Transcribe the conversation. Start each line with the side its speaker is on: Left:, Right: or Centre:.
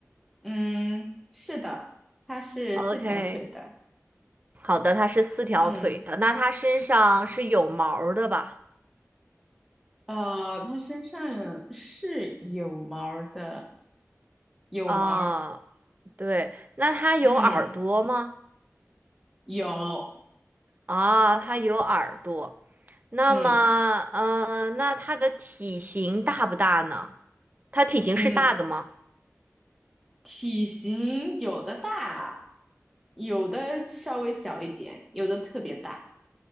Centre: 嗯，是的，它是四条腿的，
Right: OK，好的，它是四条腿的，
Centre: 嗯，
Right: 那它身上是有毛儿的吧？
Centre: 呃，它身上是有毛儿的，有毛儿
Right: 啊，对，那它有耳朵吗？
Centre: 嗯，有，
Right: 啊，它有耳朵。那么，
Centre: 嗯
Right: 呃，那它的体型大不大呢？它体型是大的吗？
Centre: 嗯。体型有的大，有的稍微小一点，有的特别大。